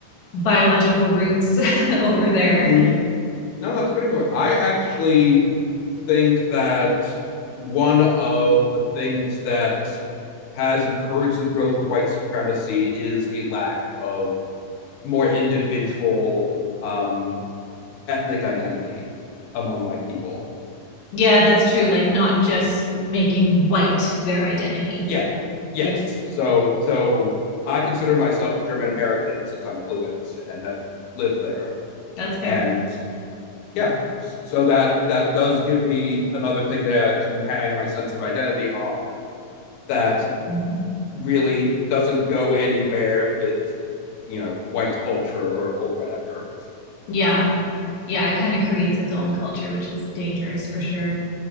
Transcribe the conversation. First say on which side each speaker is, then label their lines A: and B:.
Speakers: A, on the left; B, on the left.
A: biological roots <laughs> over there.
B: Mm-hmm. No, that's pretty cool. I actually think that one of the things that has encouraged the growth of white supremacy is a lack of more individual um, ethnic identity among white people.
A: Yeah, that's true. Like not just making white their identity.
B: Yeah. Yes.
A: Yeah,
B: So so I consider myself a German American since I'm fluent and have lived there.
A: that's fair.
B: And yeah, so that that does give me another thing there to hang my sense of identity on that
A: Mhm.
B: really doesn't go anywhere with you know white culture or, or whatever
A: Yeah. Yeah, it kind of creates its own culture, which is dangerous for sure.